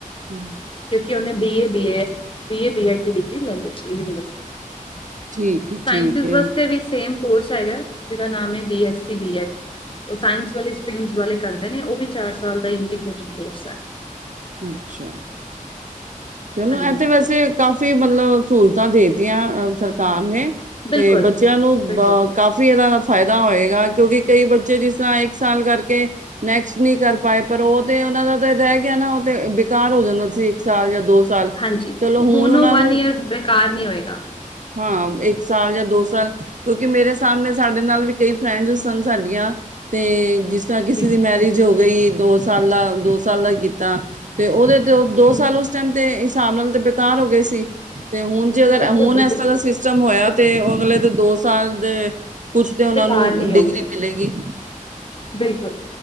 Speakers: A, on the right; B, on the left.
A: ਹਮ <inaudible>
B: ਕਿਉਂਕਿ ਉਹਨੇ ਬੀਏ, ਬੀਏ-ਬੀਏਡ ਦੀ ਡਿਗਰੀ ਲੈ ਲਈ ਯਨੀ
A: ਠੀਕ ਹੈ ਠੀਕ
B: ਸਾਇੰਸਜ
A: ਹੈ
B: ਵਾਸਤੇ ਵੀ ਸੇਮ ਕੋਰਸ ਹੈਗਾ, ਜਿਹਦਾ ਨਾਮ ਹੈ, B S C B Ed. ਉਹ ਸਾਇੰਸ ਵਾਲੇ ਸਪੀਗਸ ਵਾਲੇ ਕਰਦੇ ਨੇ, ਉਹ ਵੀ ਚਾਰ ਸਾਲ ਦਾ ਇੰਟੀਗਰੇਟਿਡ ਕੋਰਸ ਹੈ।
A: ਅੱਛਾ। ਚਲੋ,
B: ਹਾਂਜੀ
A: ਇਹ
B: ਹਾਂਜੀ
A: ਤੇ ਵੈਸੇ ਕਾਫੀ ਮਤਲਬ ਸਹੂਲਤਾਂ ਦੇਤੀਆਂ ਸਰਕਾਰ ਨੇ।
B: ਬਿਲਕੁਲ
A: ਤੇ ਬੱਚਿਆਂ
B: ਬਿਲਕੁਲ
A: ਨੂੰ ਬ ਕਾਫ <unintelligible> ਕਾਫ਼ੀ ਇਹ ਦਾ ਫਾਇਦਾ ਹੋਏਗਾ ਕਿਉਂਕਿ ਕਈ ਬੱਚੇ ਜਿਸ ਤਰ੍ਹਾਂ ਇੱਕ ਸਾਲ ਕਰਕੇ ਨੈਕਸਟ ਨਹੀਂ ਕਰ ਪਾਏ, ਪਰ ਉਹ ਤੇ ਉਹਨਾਂ ਦਾ ਤਾਂ ਇਦਾ ਏ ਕੇ ਨਾ, ਉਹ ਤੇ ਬੇਕਾਰ ਹੋ ਜਾਂਦਾ ਸੀ ਇੱਕ ਸਾਲ ਜਾਂ ਦੋ ਸਾਲ
B: ਹਾਂਜੀ,
A: ਚਲੋ
B: ਹੁਣ
A: ਉਹਨਾਂ
B: ਉਹ ਵਨ
A: ਨੂੰ
B: ਯੀਅਰ ਬੇਕਾਰ ਨੀ ਹੋਏਗਾ।
A: ਹਾਂ, ਇੱਕ ਸਾਲ ਜਾਂ ਦੋ ਸਾਲ ਕਿਉਂਕਿ, ਮੇਰੇ ਸਾਹਮਣੇ ਸਾਡੇ ਨਾਲ ਵੀ ਕਈ ਫਰੈਂਡਸ ਸਨ ਸਾਡੀਆਂ, ਤੇ ਜਿਸ ਜਾਂ, ਕਿਸੀ
B: ਜੀ
A: ਦੀ ਮੈਰਿਜ ਹੋ ਗਈ, ਦੋ ਸਾਲ ਦਾ, ਦੋ ਸਾਲ ਦਾ ਹੀ ਕੀਤਾ। ਤੇ ਉਹਦੇ ਦ
B: ਜੀ
A: ਦੋ ਸਾਲ ਉਸ ਟੈਮ ਤੇ ਹਿਸਾਬ ਨਾਲ ਤੇ ਬੇਕਾਰ ਹੋ ਗਏ ਸੀ, ਤੇ ਹੁਣ ਜੇ ਅਗਰ
B: ਬਿਲਕੁਲ
A: ਏ ਹੁਣ,
B: ਬਿਲਕੁਲ
A: ਇਸ ਤਰ੍ਹਾਂ ਦਾ ਸਿਸਟਮ ਹੋਇਆ, ਤੇ ਉਹ ਅਗਲੇ ਦੇ ਦੋ ਸਾਲ ਦੇ ਕੁੱਛ ਤੇ ਉਹਨਾਂ
B: ਬੇਕਾਰ
A: ਨੂੰ
B: ਨਹੀਂ
A: ਡਿਗਰੀ
B: ਹੋਊਗੇ
A: ਮਿਲੇਗੀ।
B: ਬਿਲਕੁਲ,